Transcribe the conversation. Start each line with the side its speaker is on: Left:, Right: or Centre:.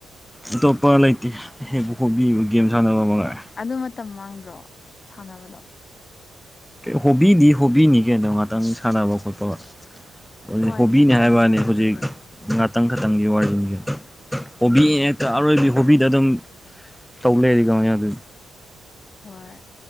Centre: ꯑꯇꯣꯞꯄ ꯂꯩꯇꯦ ꯍꯦꯛꯄ ꯍꯣꯕꯤ ꯒꯦꯝ ꯁꯥꯟꯅꯕ ꯃꯉꯥꯏꯔꯦ
Left: ꯑꯗꯨ ꯃꯇꯝ ꯃꯥꯡꯗ꯭ꯔꯣ ꯁꯥꯟꯅꯕꯗꯣ
Centre: ꯍꯣꯕꯤꯗꯤ ꯍꯣꯕꯤꯅꯤ ꯀꯩꯅꯣ ꯉꯥꯛꯇꯪ ꯁꯥꯟꯅꯕ ꯈꯣꯠꯄ ꯍꯧꯖꯤꯛ
Left: ꯍꯣꯏ
Centre: ꯍꯣꯕꯤꯅꯤ
Left: ꯉꯥꯛꯇꯪ
Centre: ꯍꯥꯏꯕꯩ ꯋꯥꯅꯤ
Left: ꯑꯣꯏꯔꯕꯗꯤ
Centre: ꯍꯧꯖꯤꯛ
Left: ꯌꯥꯏ
Centre: ꯉꯥꯛꯇꯪ ꯈꯇꯪꯒꯤ ꯋꯥꯔꯤꯅꯤ ꯀꯩꯅꯣ ꯍꯣꯕꯤꯅꯦꯅ
Left: ꯎꯝ
Centre: ꯍꯦꯛꯇ ꯑꯔꯣꯏꯕꯤ ꯍꯣꯕꯤꯗ ꯑꯗꯨꯝ ꯇꯧ ꯂꯩꯔꯗꯤ ꯀꯃꯥꯏ ꯌꯥꯗꯣꯏꯅꯣ
Left: ꯍꯣꯏ